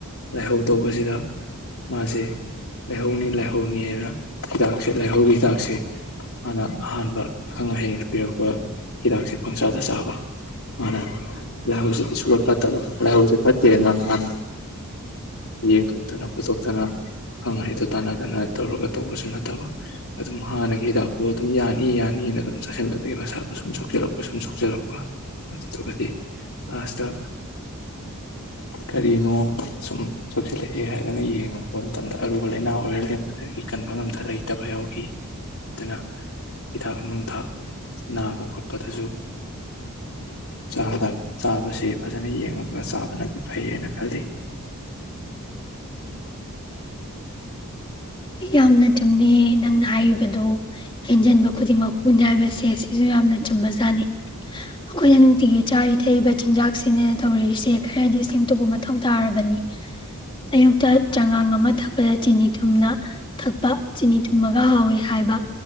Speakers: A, on the left (about 75°); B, on the left (about 20°).
A: ꯂꯥꯏꯍꯧ ꯇꯧꯕꯁꯤꯗ ꯃꯥꯁꯦ ꯂꯥꯏꯍꯧꯅꯤ ꯂꯥꯏꯍꯧꯅꯤꯅ ꯍꯤꯗꯥꯛ ꯁꯤ ꯂꯥꯏꯍꯧꯒꯤ ꯍꯤꯗꯥꯛꯁꯦ ꯃꯥꯅ ꯑꯍꯥꯟꯕ ꯑꯈꯪ ꯑꯍꯩ ꯄꯤꯔꯛꯄ ꯍꯤꯗꯥꯛꯁꯦ ꯄꯪꯁꯥꯗ ꯆꯥꯕ ꯃꯥꯅ ꯂꯥꯏꯍꯧꯁꯤꯗꯤ ꯁꯨꯡꯐꯥꯠ ꯐꯠꯇꯕ ꯂꯥꯏꯍꯧꯁꯤ ꯐꯠꯇꯦꯅ ꯃꯥꯅ ꯌꯦꯡꯊꯣꯛꯇꯅ ꯈꯣꯠꯇꯣꯛꯇꯅ ꯑꯈꯪ ꯑꯍꯩꯗꯨ ꯇꯥꯟꯅꯗꯅ ꯇꯧꯔꯒ ꯇꯧꯕꯁꯨ ꯅꯠꯇꯕ ꯑꯗꯨꯝ ꯍꯥꯟꯅꯒꯤ ꯍꯤꯗꯥꯛꯇꯣ ꯑꯗꯨꯝ ꯌꯥꯅꯤ ꯌꯥꯅꯤꯑꯅ ꯑꯗꯨꯝ ꯆꯥꯁꯤꯟꯕꯗꯒꯤ ꯃꯁꯥꯗꯣ ꯁꯨꯝ ꯁꯣꯛꯆꯜꯂꯛꯄ ꯁꯨꯝ ꯁꯣꯛꯆꯤꯜꯂꯛꯄ ꯑꯗꯨꯗꯨꯒꯗꯤ ꯂꯥꯁꯇ ꯀꯔꯤꯅꯣ ꯁꯨꯝ ꯁꯣꯛꯆꯤꯜꯂꯛꯑꯦ ꯍꯥꯏꯗꯨꯅ ꯌꯦꯡꯉꯨꯕ ꯃꯇꯝꯗ ꯑꯔꯨꯕ ꯂꯥꯏꯅꯥ ꯑꯣꯏꯔ ꯂꯦꯝꯕꯗꯒꯤ ꯀꯟꯕ ꯉꯝꯗ ꯂꯩ ꯇꯕ ꯌꯥꯎꯈꯤ ꯑꯗꯨꯅ ꯍꯤꯗꯥꯛ ꯅꯨꯡꯊꯥꯛ ꯅꯥꯕ ꯈꯣꯠꯄꯗꯁꯨ ꯆꯥꯗꯥ ꯆꯥꯕꯁꯦ ꯐꯖꯅ ꯌꯦꯡꯉꯒ ꯆꯥꯕꯅꯗꯤ ꯐꯩꯑꯅ ꯈꯜꯂꯤ
B: ꯌꯥꯝꯅ ꯆꯨꯝꯃꯦ ꯅꯪꯅ ꯍꯥꯏꯔꯤꯕꯗꫭ ꯍꯦꯟꯖꯟꯕ ꯈꯨꯗꯤꯡꯃꯛ ꯍꯨꯅꯤ ꯍꯥꯏꯕꯁꯦ ꯑꯁꯤꯁꯨ ꯌꯥꯝꯅ ꯆꯨꯝꯕꯖꯥꯠꯅꯤ ꯑꯩꯈꯣꯏꯅ ꯅꯨꯡꯇꯤꯒꯤ ꯆꯥꯔꯤ ꯊꯛꯏꯕ ꯆꯤꯟꯖꯥꯛꯁꯤꯅ ꯇꯧꯔꯤꯁꯦ ꯈꯔꯗꯤ ꯁꯦꯝꯗꫭꯛꯄ ꯃ ꯃꯊꯧ ꯇꯥꯔꯕꯅꯤ ꯑꯌꯨꯛꯇ ꯆꯉꯥꯡ ꯑꯃ ꯊꯛꯄꯗ ꯆꯤꯅꯤ ꯊꯨꯝꯅ ꯊꯛꯄ ꯆꯤꯅꯤ ꯊꯨꯝꯃꯒ ꯍꯥꯎꯑꯦ ꯍꯥꯏꯕ